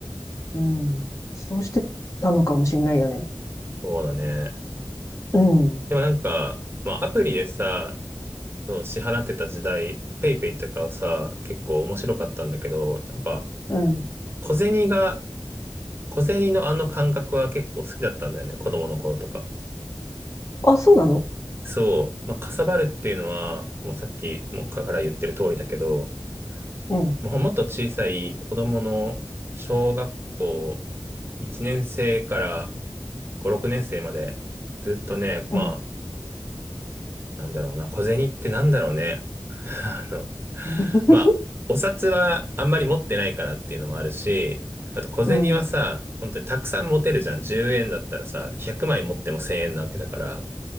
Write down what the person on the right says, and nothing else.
そうだね。
でもなんか、まあ、アプリでさ、そう、支払ってた時代、ペイペイとかはさ、結構面白かったんだけど、やっぱ、
小銭が、小銭のあの感覚は結構好きだったんだよね、子供の頃とか。
そう、まあ、かさばるっていうのは、もうさっきもから言ってる通りだけど、
もうもっと小さい子供の小学校1年生から5、6年生までずっとね、まあ、
なんだろうな、小銭ってなんだろうね。<laughs> あの、
まあ、お札はあんまり持ってないからっていうのもあるし、あと小銭はさ、
本当にたくさん持てるじゃん。10円だったらさ、100枚持っても1000円なわけだから、